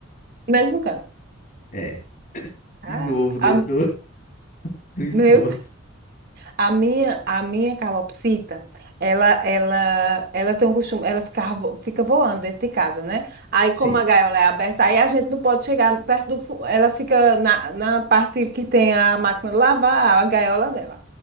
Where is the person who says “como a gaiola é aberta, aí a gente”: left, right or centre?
Right